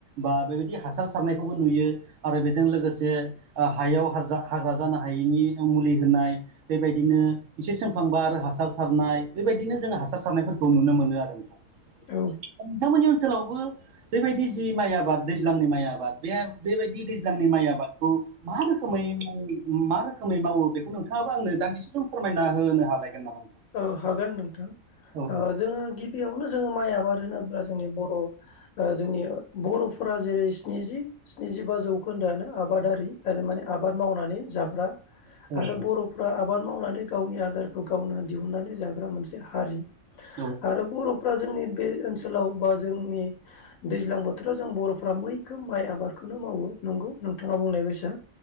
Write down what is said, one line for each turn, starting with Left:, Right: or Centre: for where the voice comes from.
Right: बा बेबायदि हासार सारनायखौबो नुयो आरो बेजों लोगोसे हायाव हारजा हाग्रा जानो हायैनि मुलि होनाय बेबायदिनो एसे सोंखांबा आरो हासार सारनाय बेबायदिनो जोङो हासार सारनायफोरखौ खौ नुनो मोनो आरो नोंथां
Left: औ
Right: नोंथांमोननि ओनसोलावबो बेबायदि जि माइ आबाद दैज्लांनि माइ आबाद बे बेबायदि दैज्लांनि माइ आबादखौ मा रोखोमै आं मा रोखोमै मावो बेखौ नोंथाङाबो आंनो दान्दिसे सम फोरमायना होनो हालायगोन नामा
Left: औ हागोन नोंथां
Right: औ
Left: जोङो गिबियावनो जोङो माइ आबाद होनोब्ला जोंनि बर' ओ जोंनि बर'फोरा जेरै स्निजि स्निजिबा जौखोन्दोआानो आबादारि आरो माने आबाद मावनानै जाग्रा
Right: औ
Left: आरो बर'फ्रा आबाद मावनानै गावनि आदारखौ गावनो दिहुननानै जाग्रा मोनसे हारि
Right: औ
Left: आरो बर'फ्रा जोंनि बे ओनसोलाव बा जोंनि दैज्लां बोथोराव जों बर'फ्रा मैखौ माइ आबादखौनो मावो नंगौ नोंथाङा बुंलायबायसा